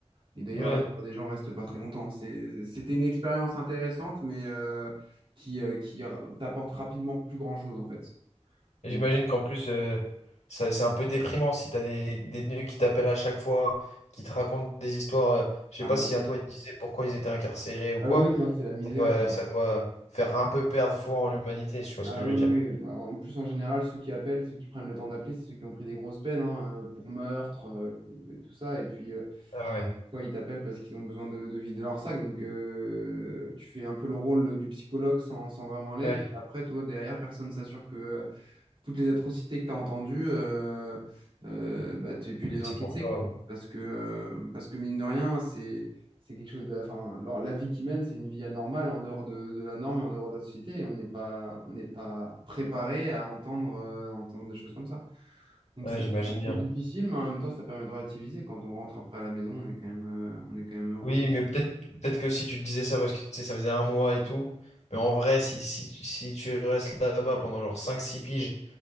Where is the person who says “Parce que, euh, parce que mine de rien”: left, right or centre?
Right